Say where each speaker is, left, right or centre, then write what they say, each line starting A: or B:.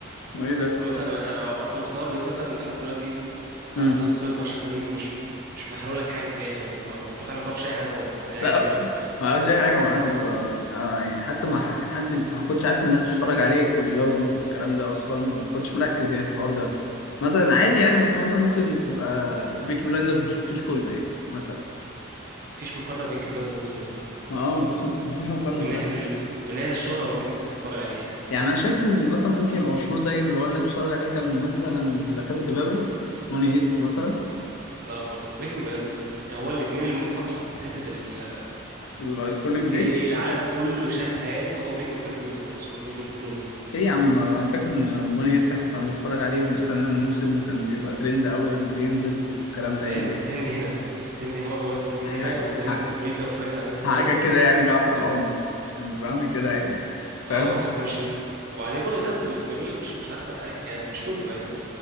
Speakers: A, on the left (about 75°); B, on the right (about 45°).
A: اسمه ايه ده
B: عامة انا أنا اصلا مستغرب إن انت مثلا لحد دلوقتي بعد
A: مم.
B: المسلسل خلص ب 10 سنين مش مش محرق لك حاجة في الآخر مثلا او انت فعلا ما تعرفش اي حاجة خالص فدي
A: لا
B: حاجة غريبة قوي
A: ما اعرفش اي حاجه معانا ب... أنا يعني حتى ما ح- كان حد ما كنتش عارف الناس بتتفرج عليه كلهم والكلام ده اصلا ما كنتش مركز يعني في الحوار ده مثلا عادي يعني ما انت مثلا ممكن تبقى بيك بلايندرز ما شفتوش كله يعني مثلا
B: مفيش مقارنة بين كيم بلاد وجيم اوف ثرونز
A: ما اه ما
B: <laughs>
A: فيش ما فيش مقارنه
B: من
A: فعلا
B: ناحية ال... من ناحية الشهرة او كمية الناس اللي بتتفرج عليه يعني
A: يعني انا شايف ان مثلا ممكن يبقى مشهور زي اللي هو الناس بتتفرج عليه كان مثلا لا كاسا دي بابل موني هيست مثلا
B: لا برضه بريكنج باد بس يعني هو الاتنين اللي ممكن تحطوا في حتة ال...
A: الايكونيك
B: اللي
A: دي
B: هي ايه العالم كله شافها يعني هو بريكنج باد وجيم اوف ثرونز مثلا دول الاثنين
A: ايه يا عم انا فاكر ان ماني هيست احنا كنا بنتفرج عليه وبنستنى الموسم وكان بيبقى ترند قوي لما بينزل والكلام ده
B: ايوه
A: يعني
B: بترند هنا بترند هنا، معظم الناس بترند
A: حاجه
B: هنا وترند
A: حاجه
B: في امريكا وشويه اماكن
A: حاجه
B: تانية كده
A: كده يعني جعفر العمدة كان بيبقى عامل كده عادي
B: اه
A: فاهم
B: بس مش ال... وبعدين برضه كاس بابيل مش مش احسن حاجه يعني مش كله يعني حلو